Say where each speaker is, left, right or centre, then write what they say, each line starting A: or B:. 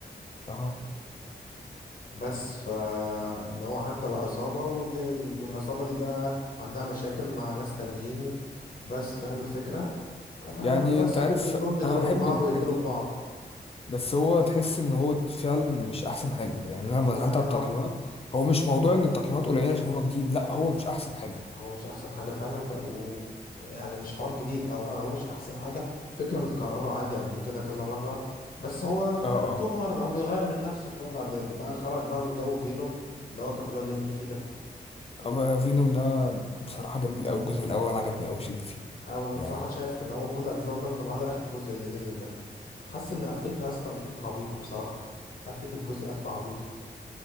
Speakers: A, on the left (about 35°); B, on the left (about 55°).
A: اه
B: بس فإن هو حتى بقى عصابة وبي... والعصابة دي بقى عندها مشاكل مع ناس تانيين بس فاهم الفكرة ف-
A: يعني
B: وبس
A: انت عارف
B: دول بيضربوا
A: انا بحب
B: في بعض
A: الحاجات
B: ويقتلوا
A: دي
B: في بعض
A: بس هو تحس ان هو فعلا مش احسن حاجه يعني انا لما
B: يعني
A: دخلت على التقييمات
B: اه
A: هو مش موضوع ان التقييمات قليله عشان هو جديد لا هو مش احسن حاجه
B: هو مش أحسن حاجة فعلا بقى و... يعني مش حوار جديد أو فعلا هو مش أحسن حاجة فكرة متكررة عادي قبل كده كذا مرة بس هو
A: اه اه
B: توم هاردي هو بيغير من نفسه شوية بعد ما بقى خرج بقى من جو فينوم اللي هو كان بيقعد يعمل فيه ده
A: أبقى فينوم ده بصراحه جميل قوي الجزء الاول عجبني قوي اللي فيه
B: أو بصراحة
A: يعني
B: شايف إن هو كل أجزاءه جامدة ما عدا آخر جزء اللي نزل ده حاسس ان قفلتها يا اسطى قفلتها عبيطه بصراحه قفلت الجزء قفله عبيطه